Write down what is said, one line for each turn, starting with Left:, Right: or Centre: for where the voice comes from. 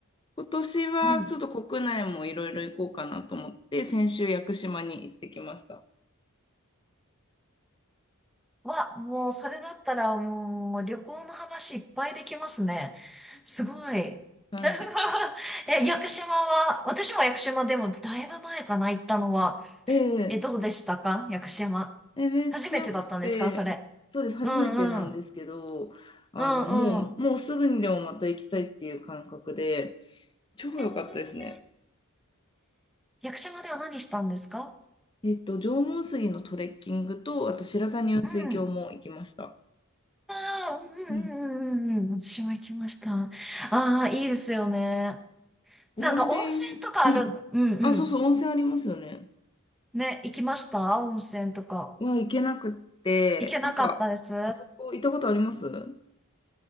Left: 今年はちょっと国内もいろいろ行こうかなと思って、
Centre: い。うん。
Left: 先週屋久島に行ってきました。<laughs>
Centre: わ、もうそれだったらもう旅行の話いっぱいできますね。すごい。
Left: はい。
Centre: <laughs> え、屋久島は、私も屋久島でもだいぶ前かな、行ったのは。
Left: ええ
Centre: え、どうでしたか屋久島。
Left: え、めっちゃよくて、
Centre: 初めてだったんですかそれ。
Left: そうです、初めてなんですけど、
Centre: うんうん。
Left: あの、
Centre: うんうん。
Left: もう、もうすぐにでもまた行きたいっていう感覚で、超良かったですね。
Centre: えー、屋久島では何したんですか
Left: えっと、縄文杉のトレッキングと、あと白谷雲水峡も行きました。
Centre: うん。ああ、うんうんうんうんうん。
Left: うん。
Centre: 私も行きました。ああ、いいですよね。
Left: ゴールデンウィーク、
Centre: なんか温泉とかある。
Left: うん。
Centre: うんうん。
Left: あ、そうそう、温泉ありますよね。
Centre: ね、行きました温泉とか。
Left: は行けなくって、
Centre: 行けなかったです。
Left: なんか、あそこ行ったことありますうん。